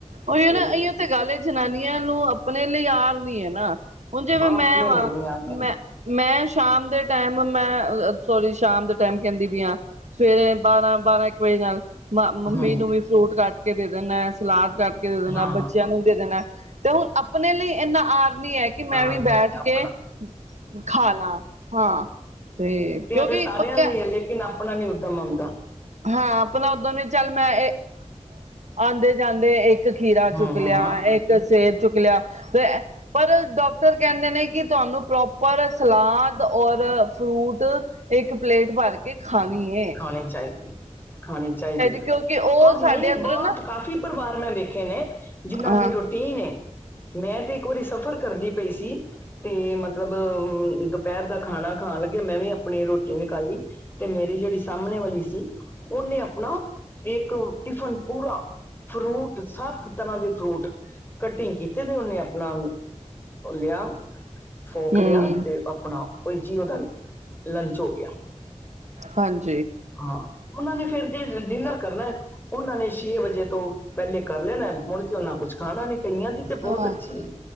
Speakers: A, on the right; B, on the left.
A: ਉਹੀ
B: ਫਿਰ
A: ਨਾ । ਇਹੋ ਤੇ ਗੱਲ ਏ । ਜਨਾਨੀਆਂ ਨੂੰ ਆਪਣੇ ਲਈ ਆਰ ਨਹੀਂ ਹੈ ਨਾ । ਹੁਣ ਜਿਵੇਂ
B: ਆਪਣੇ
A: ਮੈਂ ਵਾ
B: ਲਈ ਨੀ ਆ
A: ।ਮੈਂ, ਮੈਂ ਸ਼ਾਮ ਦੇ ਟਾਈਮ ਮੈਂ, ਸੋਰੀ? ਸ਼ਾਮ ਦੇ ਟਾਈਮ ਕਹਿੰਦੀ ਪਈ ਆ । ਸਵੇਰੇ ਬਾਰਾਂ, ਬਾਰਾਂ, ਇੱਕ ਵਜੇ ਨਾਲ ਮ ਮੰਮੀ
B: ਹਮ
A: ਨੂੰ ਵੀ ਫਰੂਟ ਕੱਟ ਕੇ ਦੇ ਦੇਣਾ। ਸਲਾਦ ਕੱਟ ਕੇ ਦੇ ਦੇਣਾ।
B: ਹਾਂ
A: ਬੱਚਿਆਂ ਨੂੰ ਵੀ ਦੇ ਦੇਣਾ। ਤੇ ਹੁਣ ਆਪਣੇ ਲਈ ਇੰਨਾ ਆਰ ਨਹੀਂ ਹੈ ।ਕਿ ਮੈਂ
B: ਆਪ
A: ਵੀ
B: ਨਹੀਂ
A: ਬੈਠ
B: ਆਪਣਾ
A: ਕੇ ਖਾ ਲਾ। ਹਾਂ!
B: ਕੁੁੱਟਿਆਂ
A: ਕਿਉਂਕਿ
B: ਤੇ ਸਾਰਿਆਂ
A: ਪੱਕਾ
B: ਲਈ ਹੈ ।ਲੇਕਿਨ ਆਪਣਾ ਨੀ ਉੱਦਮ ਆਉਂਦਾ।
A: ਹਾਂ ਆਪਤਾ ਉਦਾਂ ਹੀ ਹੈ। ਚੱਲ ਮੈਂ ਆਉਂਦੇ ਜਾਂਦੇ ਇੱਕ ਇੱਕ ਖੀਰਾ
B: ਹਮ
A: ਚੁੱਕ ਲਿਆ।
B: ਹਮ
A: ਇੱਕ ਸੇਬ ਚੁੱਕ ਲਿਆ ।ਤੇ ਪਰ ਡਾਕਟਰ ਕਹਿੰਦੇ ਨੇ ਕਿ ਤੁਹਾਨੂੰ ਪ੍ਰੋਪਰ ਸਲਾਦ ਔਰ ਫਰੂਟ ਇੱਕ ਪਲੇਟ ਭਰ ਕੇ ਖਾਣੀ ਏ
B: ਖਾਣੀ ਚਾਹੀਦੀ। ਖਾਣੀ ਚਾਹੀਦੀ ਹੈ।
A: ਕਿਉਂਕਿ ਉਹ
B: ਔਰ ਨਹੀਂ!
A: ਸਾਡੇ ਅੰਦਰੋਂ
B: ਬਹੁਤ,
A: ਨਾ
B: ਕਾਫ਼ੀ ਪਰਿਵਾਰ ਮੈਂ ਵੇਖੇ ਨੇ! ਜਿਹਨਾਂ
A: ਹਾਂ
B: ਦੀ ਰੋਟੀ ਟੀਨ ਹੈ। ਮੈਂ ਤੇ ਇੱਕ ਵਾਰੀ ਸਫ਼ਰ ਕਰਦੀ ਪਈ ਸੀ ।ਤੇ ਮਤਲਬ ਅ ਦੁਪਹਿਰ ਦਾ ਖਾਣਾ ਖਾਣ ਲੱ ਕਿ ਮੈਂ ਵੀ ਆਪਣੀ ਰੋਟੀ ਨਿਕਾਲੀ। ਤੇ ਮੇਰੀ ਜਿਹੜੀ ਸਾਹਮਣੇ ਵਾਲੀ ਸੀ ।ਉਹਨੇ ਆਪਣਾ ਇੱਕ ਟਿਫਨ ਪੂਰਾ ਫਰੂਟ ਸਭ ਤਰ੍ਹਾਂ ਦੇ ਫਰੂਟ ਕਟਿੰਗ ਕੀਤੇ ।ਤੇ ਉਹਨੇ ਆਪਣਾ ਯ- <unintelligible> ਫੋਕ
A: ਹਮ
B: ਲਿਆ ।ਤੇ ਆਪਣਾ ਓਹੀ ਜੀ ਓਧਾ ਲੰਚ ਹੋ ਗਿਆ।
A: ਹਾਂਜੀ!
B: ਹਾ ਉਹਣਾ ਨੇ ਫਿਰ ਡੀਨਰ ਕਰਣੇ। ਉਹਨਾਂ ਨੇ ਛੇ ਵਜੇ ਤੋਂ ਪਹਿਲੇ ਕਰ ਲੈਣਾ ।ਮੁੜ ਕੇ ਉਹਨਾ ਕੁੱਛ ਖਾਣਾ ਨੀ। ਕਈਆਂ ਤੇ ਬਹੁਤ
A: ਹਾਂ
B: ਅੱਛੀ